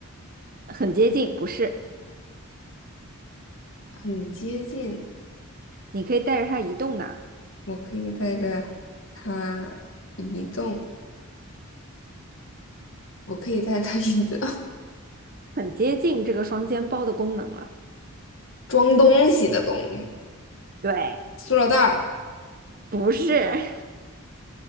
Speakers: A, on the right; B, on the left.
A: 很接近，不是，
B: 很接近。
A: 你可以带着它移动的，
B: 我可以带着它移动，我可以带着它移动，<laughs>
A: 很接近这个双肩包的功能了，
B: 装东西的东西，
A: 对，
B: 塑料袋儿，
A: 不是，